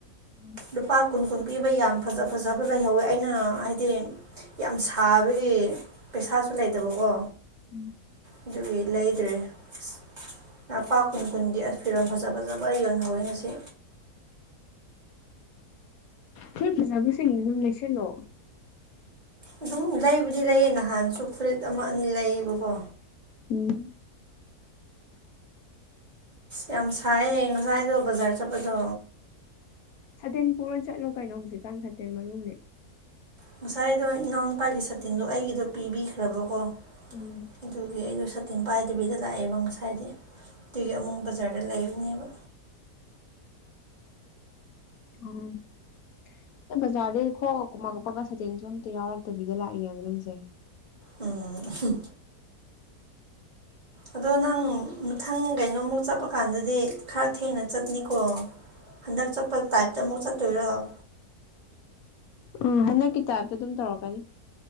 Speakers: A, on the left; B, on the right.
A: ꯎꯝ
B: ꯂꯨꯄꯥ ꯀꯨꯟ꯫ ꯁꯀꯨꯟ ꯄꯤꯕ ꯌꯥꯝ ꯐꯖ ꯐꯖꯕ ꯂꯩꯍꯧꯋꯦ ꯑꯩꯅ ꯍꯥꯏꯗꯤ ꯌꯥꯝ ꯁꯥꯕꯒꯤ ꯄꯩꯁꯥ ꯑꯁꯥꯁꯨ ꯂꯩꯇꯕꯀꯣ꯫
A: ꯎꯝ꯫
B: ꯑꯗꯨꯒꯤ ꯂꯩꯗ꯭ꯔꯦ ꯑꯁ ꯂꯄꯥ ꯀꯨꯟ ꯀꯨꯟꯗꯤ ꯑ ꯐꯤꯔꯣꯟ ꯐꯖ ꯐꯖꯕ ꯑꯩꯒꯤ ꯑꯣꯏꯅꯍꯧꯋꯤ ꯉꯁꯤ
A: ꯍꯣꯏ ꯐꯖꯕꯁꯤꯡ ꯑꯗꯨꯝ ꯂꯩꯁꯜꯂꯣ
B: ꯑꯗꯨꯝ ꯂꯩꯕꯨꯗꯤ ꯂꯩꯌꯦ ꯅꯍꯥꯟꯁꯨ ꯐꯨꯔꯤꯠ ꯑꯃ ꯑꯅꯤ ꯂꯩꯌꯦꯕꯀꯣ
A: ꯎꯝ
B: ꯌꯥꯝ ꯁꯥꯏꯌꯦꯌꯦ ꯉꯁꯥꯏꯗꯣ ꯕꯖꯥꯔ ꯆꯠꯄꯗꯣ
A: ꯁꯇꯦꯜ ꯄꯨꯔ ꯆꯠꯂꯣ ꯀꯩꯅꯣ ꯍꯧꯖꯤꯛꯀꯥꯟ ꯁꯥꯇꯦꯜ ꯃꯔꯨꯅꯦꯦ
B: ꯉꯁꯥꯏ ꯑꯗꯣ ꯏꯅꯥꯎꯅꯨꯄꯥꯒꯤ ꯁꯥꯠꯇꯤꯟꯗꯣ ꯑꯩꯒꯤꯗꯣ ꯄꯤꯕꯤꯈ꯭ꯔꯕꯀꯣ
A: ꯎꯝ
B: ꯑꯗꯨꯒꯤ ꯑꯩꯗ ꯁ ꯇꯝꯄꯥꯥꯏ ꯇꯦꯕꯤꯗ ꯂꯥꯛꯑꯦꯕ ꯉꯁꯥꯏꯗꯤ ꯑꯗꯨꯒꯤ ꯑꯃꯨꯛ ꯕꯖꯥꯔꯗ ꯂꯩꯕꯅꯦꯕ
A: <inaudible> ꯑꯣ ꯑꯦ ꯕꯖꯥꯔꯗꯩꯈꯣ ꯀꯃ ꯀꯄꯒ ꯁꯥꯇꯤꯟꯁꯨ ꯑꯝꯇ ꯌꯥꯎꯔꯛꯇꯕꯤꯗ ꯂꯥꯛꯏꯅꯦꯕ ꯅꯪꯁꯦ
B: ꯑꯝ ꯑꯗꯣ ꯅꯪ ꯃꯊꯪ ꯀꯩꯅꯣꯃꯨꯛ ꯆꯠꯄ ꯀꯥꯟꯗꯗꯤ ꯈꯔ ꯊꯦꯡꯅ ꯆꯠꯅꯤꯀꯣ ꯍꯟꯗꯛ ꯆꯠꯄ ꯇꯥꯏꯞꯇ ꯑꯃꯨꯛ ꯆꯠ ꯇꯣꯏꯔꯑꯣ
A: ꯎꯝ ꯍꯟꯗꯛꯀꯤ ꯇꯥꯏꯞꯇ ꯑꯗꯨꯝ ꯇꯧꯔꯛꯀꯅꯤ